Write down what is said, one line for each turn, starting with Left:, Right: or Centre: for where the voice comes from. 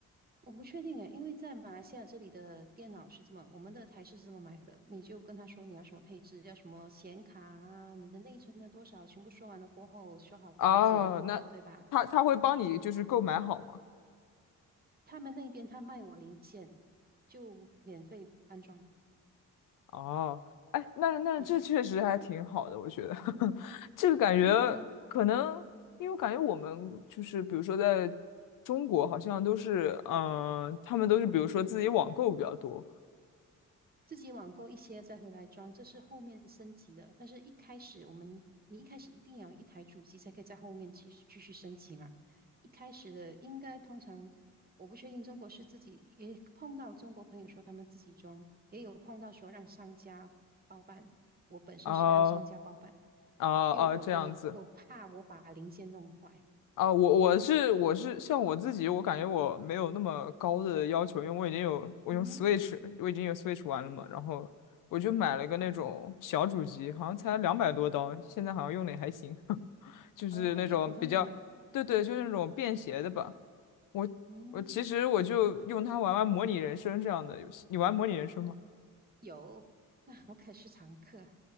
Right: 我不确定诶，因为在马来西亚这里的电脑是这么，我们的台式是这么买的，你就跟他说你要什么配置，要什么显卡啊，你的内存要多少，全部说完了过后，说好牌子了过后，
Left: 哦，那他他会帮你就是购买好吗？
Right: 对吧？他们那边他卖我零件，就免费安装，
Left: 哦，哎，那那这确实还挺好的，
Right: 嗯，
Left: 我觉得 <laughs> 这个感觉
Right: 挺好的啊
Left: 可能，因为我感觉我们就是比如说在中国好像都是，嗯、他们都是比如说自己网购比较多，
Right: 自己网购一些再回来装，这是后面升级的。但是一开始我们，你一开始一定要有一台主机才可以在后面继续继续升级嘛。一开始的应该通常，我不确定中国是自己也碰到中国朋友说他们自己装，也有碰到说让商家包办。我本身是让商家包办，
Left: 啊啊啊！
Right: 因为我我我怕我把零件弄坏。
Left: 这样子啊，我我是我是像我自己，我感觉我没有那么高的要求，因为我已经有我用
Right: 嗯哼，
Left: Switch，我已经有 Switch 玩了嘛，然后我就买了个那种小主机，好像才两百多刀，现在好像用的也还行，<laughs> 就是那种比较，
Right: 哦，就普通用嘛。
Left: 对对，就是那种便携的吧。我我其实我就用它玩玩模拟人生这样的游戏，
Right: 嗯，
Left: 你玩模拟人生吗？
Right: 有，<laughs> 那我可是常客。